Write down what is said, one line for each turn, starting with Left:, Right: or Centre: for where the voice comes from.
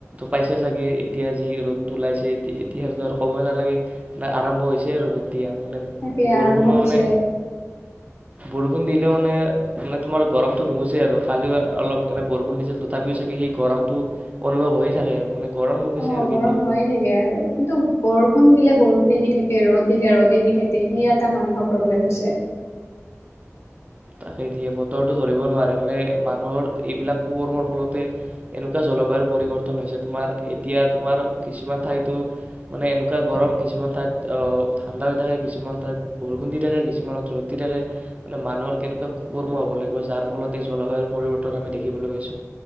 Right: পাইছে চাগে এতিয়া যি ৰ'দটো ওলাইছে এতিয়াৰটো আৰু ক'বই নালাগে নে আৰম্ভ হৈছে আৰু ৰ'দ দিয়া মানে
Left: তাকেই
Right: বৰষুণো
Left: আৰম্ভ হৈছে
Right: মানে বৰষুণ দিলে মানে মানে তোমাৰ গৰমতো নুগুছে আৰু খালি অলপ এনে বৰষুণ দিছিল তথাপিও চাগে সেই গৰমটো অনুভৱ হৈয়ে থাকে আৰু মানে গৰম নুগুছে
Left: অহ
Right: আৰু
Left: গৰম
Right: কেতিয়াও।
Left: হয়ে থাকে আৰু কিন্তু বৰষুণ দিলে বৰষুণে দি থাকে ৰ'দ দিলে ৰ'দে দি থাকে সেই এটা মানুহৰ প্ৰব্লেম হৈছে
Right: তাকে দিয়ে বতৰটো ধৰিব নোৱাৰে মানে মানুহৰ এইবিলাক কু কৰ্মৰ ফলতে এনেকুৱা জলবায়ু পৰিৱৰ্তন হৈছে তোমাৰ এতিয়া তোমাৰ কিছুমান ঠাইতো মানে এনেকুৱা গৰম কিছুমান ঠাইত অহ ঠাণ্ডা হৈ থাকে কিছুমান ঠাইত বৰষুণ দি থাকে কিছুমানত ৰ'দ দি থাকে মানে মানুহৰ কেনেকুৱা কুকৰ্ম হ'ব লাগিব যাৰ ফলত এই জলসায়ুৰ পৰিৱৰ্তন আমি দেখিবলৈ পাইছোঁ।